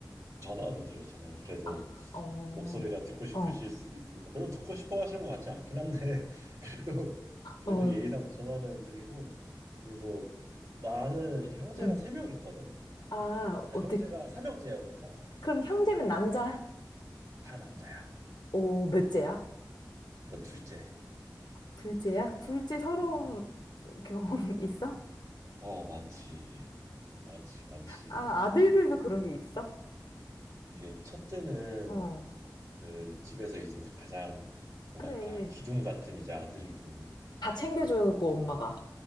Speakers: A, on the right (about 40°); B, on the left (about 65°).
A: 전화로 드려요 전화로 그래도
B: 아, 어,
A: 목소리가 듣고 싶으실
B: 어,
A: 수도 있으니까 별로 듣고 싶어 하시는 것 같지 않긴 한데 <laughs> 그래도 그래도
B: 어,
A: 예의상 전화는 드리고 그리고 나는 형제가
B: 응.
A: 세 명 있거든
B: 아,
A: 아,
B: 어떻게,
A: 형제가 삼형제야 우리가
B: 그럼 형제면 남자야?
A: 다 남자야
B: 오, 몇째야?
A: 나 둘째
B: 둘째야? 둘째 서러움 경험 <laughs> 있어?
A: 어 많지 많지 많지
B: 아, 아들들도 그런 게 있어?
A: 이게 첫째는
B: 어.
A: 그 집에서 이제 가장 뭐랄까
B: 그래.
A: 기둥 같은 이제 아들이고
B: 다 챙겨주고, 엄마가.